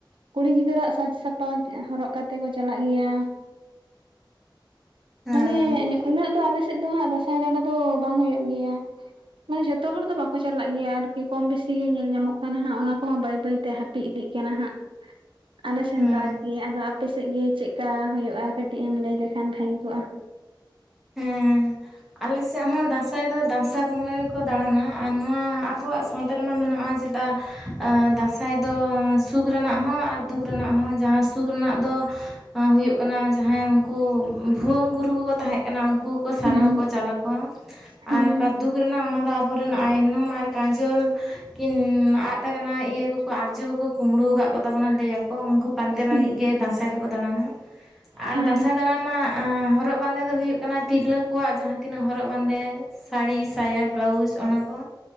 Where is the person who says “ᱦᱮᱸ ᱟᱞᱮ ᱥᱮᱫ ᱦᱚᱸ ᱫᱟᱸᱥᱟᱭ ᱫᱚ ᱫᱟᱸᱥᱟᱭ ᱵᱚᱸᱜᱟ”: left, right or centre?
Centre